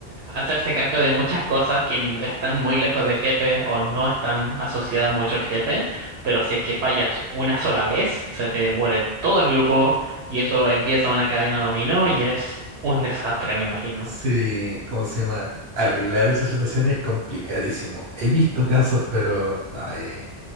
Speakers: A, on the right (about 85°); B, on the right (about 70°).
A: hacerse cargo de muchas cosas que n- están muy lejos del jefe o no están asociadas mucho al jefe, pero si es que fallas una sola vez, se te muere todo el grupo y eso empieza una cadena dominó y es un desastre, me imagino.
B: Sí, ¿cómo se llama? Arreglar esa situación es complicadísimo. He visto casos, pero no, eh,